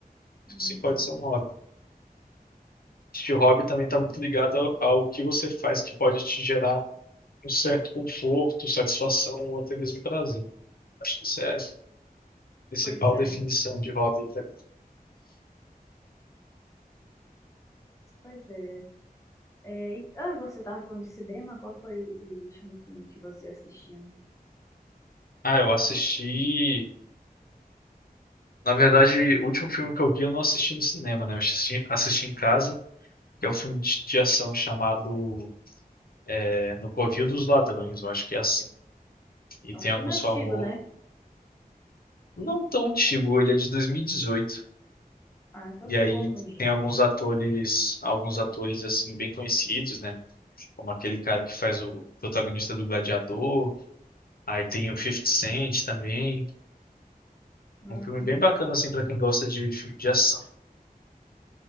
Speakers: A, on the left (about 20°); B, on the left (about 70°).
A: Uhum.
B: Isso sim pode ser um hobby. Este hobby também está muito ligado ao, ao que você faz que pode te gerar um certo conforto, satisfação ou até mesmo prazer. Acho que isso é a principal
A: Pois é,
B: definição de hobby pra mim.
A: pois é. É, e- ah, você estava falando de cinema, qual foi o, o último filme que você assistiu?
B: Ah, eu assisti. Na verdade, o último filme que eu vi eu não assisti no cinema, né? Eu assisti, assisti em casa. É um filme de, de ação chamado é, No Covil dos Ladrões, eu acho que é assim. E tem
A: É um filme
B: alguns
A: antigo,
B: famosos.
A: né?
B: Não tão antigo, ele é de 2018.
A: Ah,
B: E dezoito.
A: então
B: E
A: estou
B: aí
A: confundindo.
B: tem alguns atores, alguns atores assim bem conhecidos, né? Como aquele cara que faz o protagonista do Gladiador, Aí tem o Fifty Cent também.
A: Hum,
B: Um filme bem bacana, assim, pra quem gosta de filme de ação.